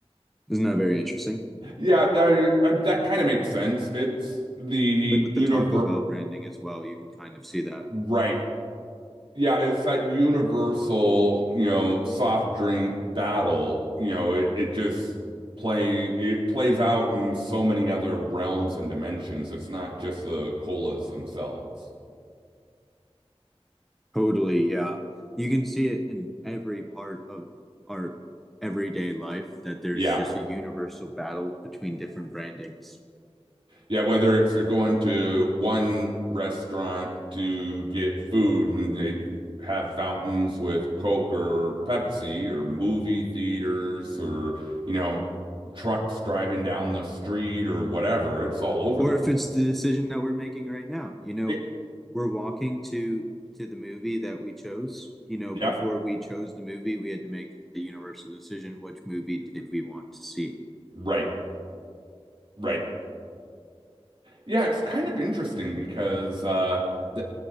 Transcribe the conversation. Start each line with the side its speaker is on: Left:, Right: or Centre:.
Centre: Isn't that very interesting?
Right: Yeah, I, I, that kind of makes sense. It's the
Centre: Like with
Right: universe,
Centre: the Taco Bell branding as well, you can kind of see that.
Right: right? Yeah, it's that universal, you know, soft drink battle. You know, it, it just play it plays out in so many other realms and dimensions. It's not just the colas themselves.
Centre: Totally, yeah. You can see it in every part of our everyday life that there's
Right: Yeah.
Centre: just a universal battle between different brandings.
Right: Yeah, whether it's you're going to one restaurant to get food and they have fountains with Coke or Pepsi or movie theaters or, you know, trucks driving down the street or whatever, it's all over
Centre: or
Right: the place.
Centre: if it's the decision that we're making right now you know
Right: It,
Centre: we're walking to to the movie that we chose you know
Right: yeah.
Centre: before we chose the movie we had to make the universal decision which movie did we want to see
Right: Right, right. Yeah, it's kind of interesting because uh th